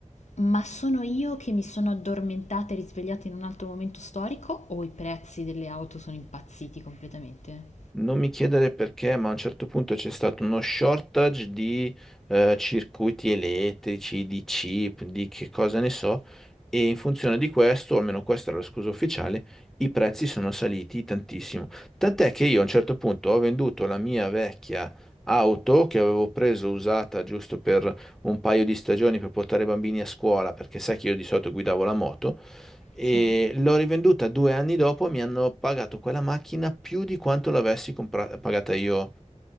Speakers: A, on the left; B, in the centre.
A: ma sono io che mi sono addormentata e risvegliata in un altro momento storico o i prezzi delle auto sono impazziti completamente?
B: Non mi chiedere perché, ma a un certo punto c'è stato uno shortage di eh, circuiti elettrici, di chip, di che cosa ne so, e in funzione di questo, o almeno questa era la scusa ufficiale, i prezzi sono saliti tantissimo. Tant'è che io a un certo punto ho venduto la mia vecchia auto che avevo preso usata giusto per un paio di stagioni per portare i bambini a scuola, perché sai che io di solito guidavo la moto, e
A: Sì.
B: l'ho rivenduta due anni dopo, mi hanno pagato quella macchina più di quanto l'avessi compra- pagata io.